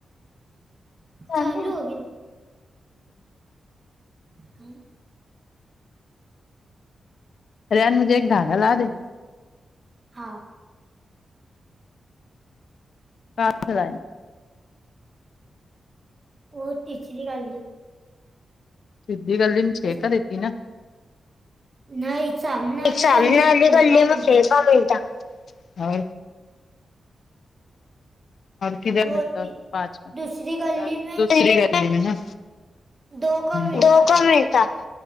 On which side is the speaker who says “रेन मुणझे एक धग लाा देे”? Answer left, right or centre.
Left